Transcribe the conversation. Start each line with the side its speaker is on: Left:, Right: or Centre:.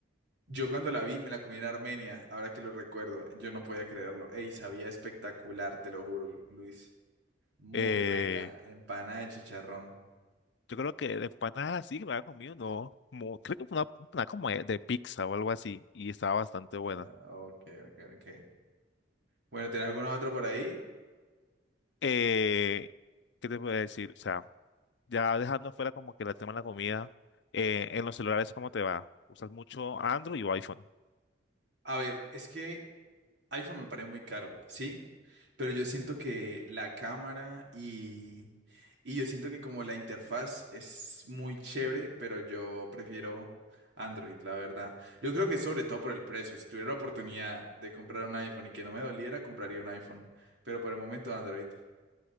Right: yo cuando la vi me la comí en Armenia, ahora que lo recuerdo, yo no podía creerlo. Ey, sabía espectacular, te lo juro, Lu- Luis. Muy
Left: Eh,
Right: rica, empanada de chicharrón.
Left: yo creo que de empanadas sí que me había comido, no. Como, creo que fue una empanada como de de pizza o algo así y estaba bastante buena.
Right: Onda, Ok, ok, ok. Bueno, ¿tenés alguna otra por ahí?
Left: Eh, ¿qué te puedo decir? O sea, ya dejando fuera como que el tema de la comida, eh, en los celulares, ¿cómo te va? ¿Usas mucho Android o iPhone?
Right: A ver, es que iPhone me parece muy caro, ¿sí? Pero yo siento que la cámara y, y yo siento que como la interfaz es muy chévere, pero yo prefiero Android, la verdad. Yo creo que sobre todo por el precio. Si tuviera la oportunidad de comprar un iPhone y que no me doliera, compraría un iPhone. Pero por el momento Android.